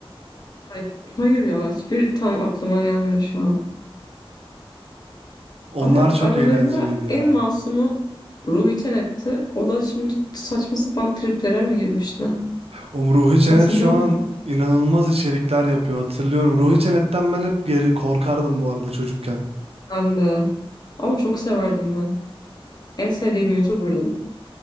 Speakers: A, on the left (about 40°); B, on the right (about 80°).
A: Hay- Hayır ya hiçbir tam aklıma gelmiyor şu an.
B: Onlar
A: Ama
B: çok
A: aralarında
B: eğlenceliydi ya.
A: en masumu Ruhi Çenet'ti. O da şimdi saçma sapan triplere mi girmişti?
B: O Ruhi Çenet
A: Hatırlıyor
B: şu an
A: musun?
B: inanılmaz içerikler yapıyor hatırlıyorum. Ruhi Çenet'ten ben hep geri korkardım bu arada çocukken.
A: Ben de. Ama çok severdim ben. En sevdiğim YouTuber'dı.